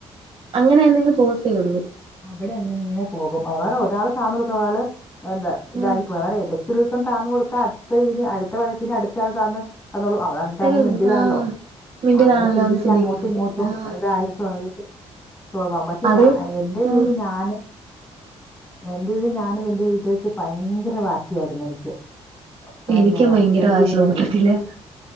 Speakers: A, on the right; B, on the left.
A: അങ്ങനെ തന്നെങ്ങ് പോകത്തേ ഉള്ളൂ
B: അവിടെന്നെ ഇങ്ങനെ പോകും അവടെ ഒരാൾ താമസിക്കുന്ന ഒരാള് എന്താ ഇതായി
A: ആഹ്
B: പോ അവ ഒരു ദിവസം താന്നു കൊടുത്ത അടുത്ത ഇതിന് അടുത്ത വഴയത്തിന് അടുത്ത ആള് താന്നന്ന് തന്നു അവളാണ് എന്നിട്ട്
A: അരം
B: അന്ന് മിണ്ടിയതാണല്ലോ
A: ആഹ് മിണ്ടിയതാണല്ലോന്ന്
B: അങ്ങനെ ചിന്തിച്ച്
A: ചിന്തിക്കും
B: അങ്ങോട്ടും ഇങ്ങോട്ടും
A: ആഹ്
B: ഇതായ സോ സ്വ ബാവം പക്ഷെ
A: അത്
B: ഞ എൻന്റെ ഇതിൽ
A: ആഹ്
B: ഞാന് എൻന്റെത് ഞാനും എൻറെ വീട്ട വെച്ച് ഭയങ്കര വാശിയായിരുന്നു എനിക്ക്
A: എനിക്കും
B: എന്നന്നാ
A: ഭയങ്കര
B: എനിക്ക്
A: വാശിയുള്ള
B: വ
A: കൂട്ടത്തില്